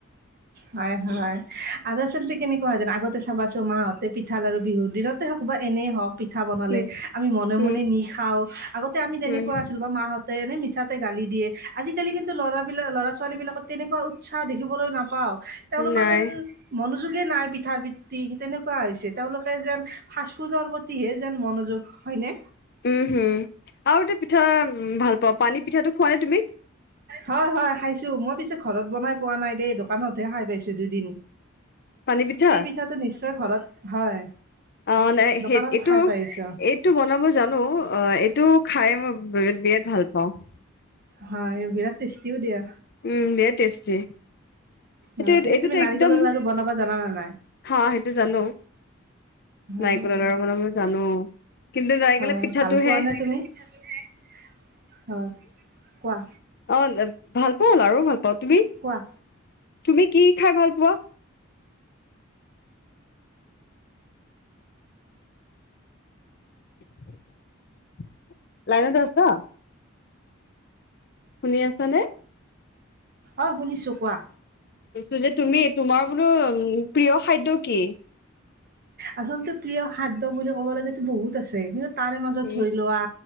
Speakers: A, on the right; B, on the left.
A: হয়, হয়। আৰু টৰচলি কেনেকুৱা হয়ন আগতে চাবা চো মাহঁতে পিঠাল আৰু বিহুৰ দিনতে হওঁক বা এনেই হওঁক। পিঠা বনালে
B: উম
A: আমি মনে
B: উম
A: মনে নি খাওঁ আগতে আমি তেনেকুৱা
B: উম
A: আছিলো বা মাহঁতে এনে মিচ গালি দিয়ে, আজিকালি কিন্তু ল'ৰাবিলাক ল'ৰা ছোৱালী বিলাকত তেনেকুৱা উৎসাহ দেখিবলৈ নাপাওঁ। তেওঁলোকৰ
B: নাই
A: যেন মনোযোগ। মনোযোগে নাই পিঠা ভিত্তি তেনেকুৱা হৈছে। তেওঁলোকে যেন ফাষ্ট ফুডৰ প্ৰতিহে যেন মনোযোগ হয়নে।
B: উম, হম আৰু এ পিঠা উ ভাল পাওঁ পানী পিঠাটো। খোৱা নে তুমি
A: হয়, হয় খাইছোঁ। মই পিছে ঘৰত বনাই পোৱা নাই দেই, দোকানতহে খাই পাইছো দুদিন।
B: পানী পিঠা?
A: সেই পিঠাটো নিশ্চয় ঘৰত হয়।
B: অ'। মানে
A: দোকানত
B: সেই এইটো,
A: খাই পাইছো।
B: এইটো বনাব জানো অ', এইটো খাই মই বিৰাট ভাল পাওঁ। অ'।
A: হয়, বিৰাট টেষ্টিও দিয়া।
B: উম, বিৰাট টেষ্টি। সেইটো
A: অ', পিছত
B: এইটোতো
A: তুমি নাৰিকলৰ
B: একদম
A: লাৰু বনাবা জানানে নাই?
B: হা সেইটো জানো। নাৰিকলৰ
A: অ'।
B: লাৰু বনাব জানো কিন্তু নাৰিকলৰ
A: হয়,
B: পিঠাটোহে
A: ভাল পোৱা নে তুমি হয়, কোৱা?
B: অ', ভাল পাওঁ লাৰুও ভাল পাওঁ তুমি?
A: কোৱা
B: তুমি কি খাই ভাল পোৱা? <inaudible> লাইনত আছা? শুনি আছানে?
A: অ', শুনিছোঁ কোৱা?
B: কৈছো যে তুমি তোমাৰ বোলো প্ৰিয় খাদ্য কি?
A: আচলতে প্ৰিয় খাদ্য বুলি ক'ব গলেটো বহুত আছে, কিন্তু তাৰে মাজত
B: উম
A: ধৰি লোৱা।